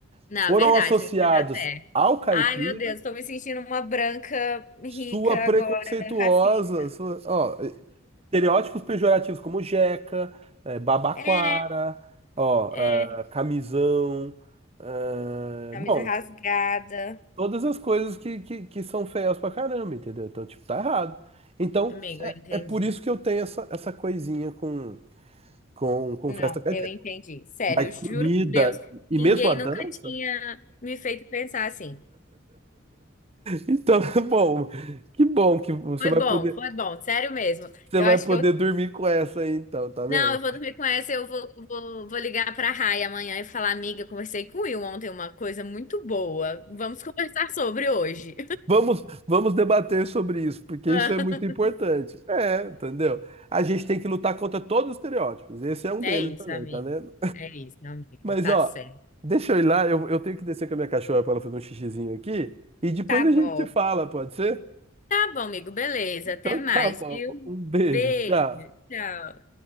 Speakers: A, on the left; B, on the right.
A: Na
B: Foram
A: verdade,
B: associados
A: me fez até.
B: ao caipira
A: Ai, meu Deus, tô me sentindo uma branca rica
B: Sua preconceituosa.
A: agora, racista.
B: Sua, ó, estereótipos pejorativos como jeca, eh, babaquara,
A: É,
B: ó,
A: é,
B: ah, camisão. ah,
A: camisa
B: bom,
A: rasgada.
B: todas as coisas que, que, que são feias pra caramba, entendeu? Então, tipo, tá errado. Então,
A: Amigo, eu entendi.
B: é por isso que eu tenho essa, essa coisinha com, com, com
A: Não,
B: festa caipira.
A: eu entendi. Sério,
B: Mas
A: eu juro
B: comida
A: por Deus,
B: e
A: ninguém
B: mesmo a dança.
A: nunca tinha me feito pensar assim.
B: Então, <laughs> bom, que bom que você
A: Foi
B: vai
A: bom,
B: poder,
A: foi bom, sério mesmo.
B: você
A: Eu
B: vai
A: acho
B: poder
A: que eu
B: dormir com essa aí, então, tá vendo?
A: Não, eu vou dormir com essa, eu vou, vou, vou ligar pra Rai amanhã e falar, amiga, conversei com o Will ontem uma coisa muito boa. Vamos conversar sobre hoje.
B: Vamos, vamos debater sobre isso, porque
A: <laughs>
B: isso é muito importante. É, entendeu? A gente tem que lutar contra todos os estereótipos. Esse é um
A: É
B: deles
A: isso,
B: também,
A: amigo.
B: tá vendo?
A: É isso, amigo.
B: Mas,
A: Tá
B: ó,
A: certo.
B: deixa eu ir lá, eu, eu tenho que descer com a minha cachorra para ela fazer um xixizinho aqui, e depois
A: Tá
B: a
A: bom.
B: gente se fala, pode ser?
A: Tá bom, amigo. Beleza.
B: Então
A: Até mais,
B: tá bom.
A: viu?
B: Um beijo,
A: Beijo.
B: tchau.
A: Tchau.